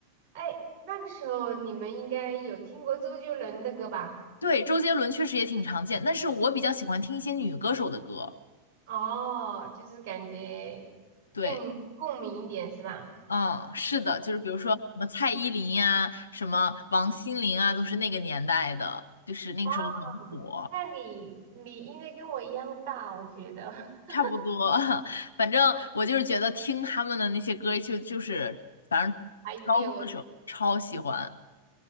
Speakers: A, on the right; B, on the left.
A: 哎，那个时候你们应该有听过周杰伦的歌吧？
B: 对，周杰伦确实也挺常见，但是我比较喜欢听一些女歌手的歌。
A: 哦，就是感觉
B: 对，
A: 更共鸣一点是吧？
B: 嗯，是的，就是比如说什么蔡依林呀、什么王心凌啊，都是那个年代的，就是那个时候很火，
A: 哇，那你你应该跟我一样大，我觉得 <laughs>
B: 差不多。<laughs> 反正我就是觉得听他们的那些歌就就是，反正高中的时候超喜欢。
A: 还记得，我